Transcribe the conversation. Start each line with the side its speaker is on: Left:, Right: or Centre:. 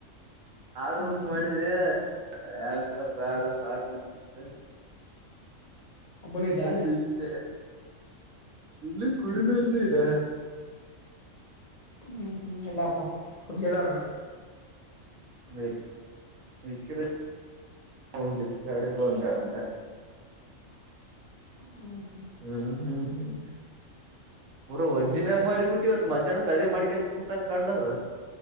Right: ಆಡಬೇಕ್
Left: ಹ್ಮ್
Right: ಮಾಡಿದ್ದೆ. ಯಾಕ ಬೇಡ ಸಾಕ. ಅನ್ನಿಸಿತ
Left: ಒಬ್ಬನೇ ಇದ್ದಾನ
Right: ಅದಕ್ಕ್ ಬಿಟ್ಟೆ. <unintelligible>
Left: ಹ್ಮ್ ಹ್ಮ್ ಇಲ್ಲಾ ಅಪ್ಪ ಹುಜ್ಜೆಧರ.
Right: <inaudible> <inaudible>
Left: ಹ್ಮ್.
Right: ಹ್ಮ್ ಹ್ಮ್ ಹ್ಮ್. ಪಊರ ವಜ್ಜನ್್ಯಾಗ ಮಾಡಿಬಿಟ್ಟಿವತ್ ಮಧ್ಯಾಹ್ನಕ್ ಅದೇ ಮಾಡ್ಿಕಂತ ಕುಂತಂಗ ಕಂಡದ.